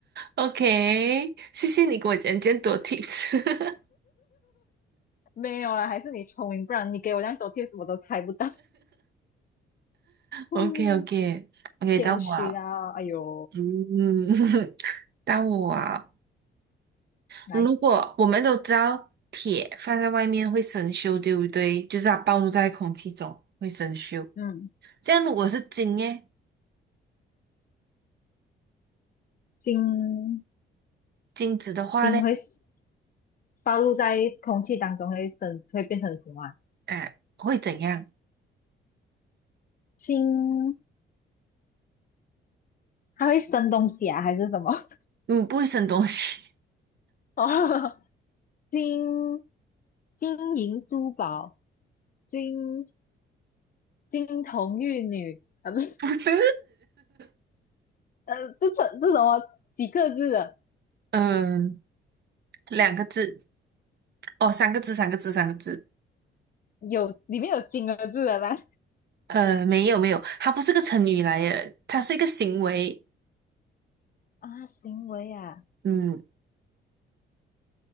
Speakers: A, on the right; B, on the left.
A: OK，谢谢你给我讲这么多 tips。<laughs>
B: 没有啦，还是你聪明，不然你给我这样多 t i 我都猜不到。嗯
A: o k o k o
B: 谦虚啊，
A: k 到我啊，
B: 哎呦，
A: 嗯，<laughs> 到我啊。
B: <laughs> 来，
A: 如果我们都知道铁放在外面会生锈，对不对？就是它暴露在空气中会生锈。
B: 嗯，
A: 这样如果是金耶，
B: 金
A: 金子的话嘞，
B: 金会 s- 暴露在空气当中会生，会变成什么啊
A: 啊，会怎样？
B: 金，它会生东西啊，还是什么？<laughs>
A: 嗯，不会生东西，
B: 哦，金金银珠宝，金金童玉女，呃，不是，
A: <laughs> 不是。<laughs>
B: 呃，这这这什么几个字的？
A: 嗯，两个字，哦，三个字，三个字，三个字。
B: 有里面有金的字的吗？
A: 呃，没有没有，它不是个成语来的，它是一个行为。
B: 啊，行为啊，
A: 嗯，